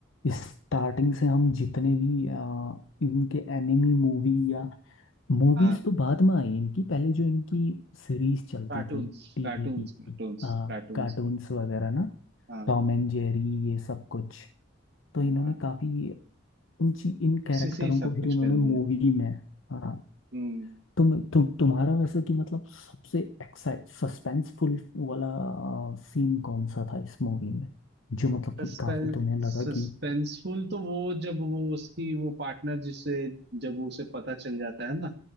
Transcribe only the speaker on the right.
हाँ
Cartoons
cartoons
cartoons cartoons
हाँ
हाँ
उसी से ही सब
कुछ
कर लिया
हम्म
सस्पेंस
सस्पेंसफुल
तो वो जब वो उसकी वो पार्टनर जिसे जब वो उसे पता चल जाता है ना